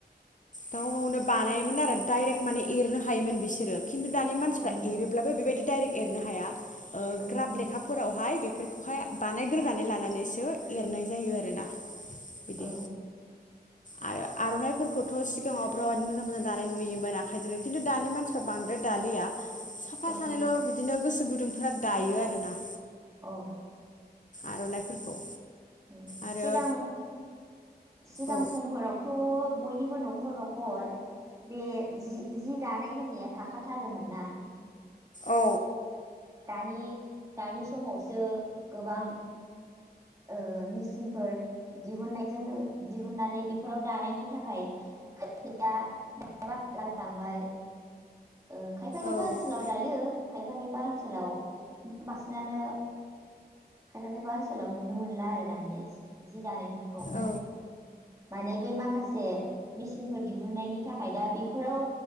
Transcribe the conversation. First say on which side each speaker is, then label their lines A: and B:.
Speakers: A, on the left; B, on the right.
A: गाव गावनो बानायोमोन आरो डायरेक्ट माने एरनो हायोमोन बिसोरो। खिन्थु दानि मानसिफ्रा
B: ओं
A: एरोब्लाबो बेबायदि दाइरेक्ट एरनो हाया ओ
B: ओहो
A: ग्राब लेखाफोरावहाय बे बेफोरखौहाय बानायग्रोनानै लानानैसो एरनाय जायो आरोना। बिदि
B: औ
A: आरो आर'नायफोरखौ थ' सिगाङाव बिराद मोजां मोजां दानाय नुयोमोन आखाइजोंनो खिन्थु दानि मानसिफ्रा बांद्राय दालिया साफा
B: ओहो
A: सानैल' बिदिनो गोसो गुदुंफोरा दायो आरोना
B: औ
A: आर'नाइफोरखौ
B: अ
A: आरो
B: सिगां सिगां
A: औ
B: समफोरावथ' बयनिबो न'खर नखर न'खर बे जि-जि दानाय होननाया थाखाथारोमोन ना
A: औ
B: दानि-दानि समावसो गोबां ओ मेचिनफोर दिहुननायजों लो दिहुननानै बेफोराव दानायनि थाखाय खायफाया दानो बाग्रा जालांबाय ओ खायफा खायफा
A: औ
B: ओनसोलाव दायो खायफा खायफा ओनसोलाव खिन्थु बांसिनानो खायफा खायफा ओनसोलाव नुनो मोनला आरो दानिया जि जि दानायफोरखौ
A: औ
B: माने बै माखासे मेचिनफोर दिहुननायनि थाखाय दा बेफोराव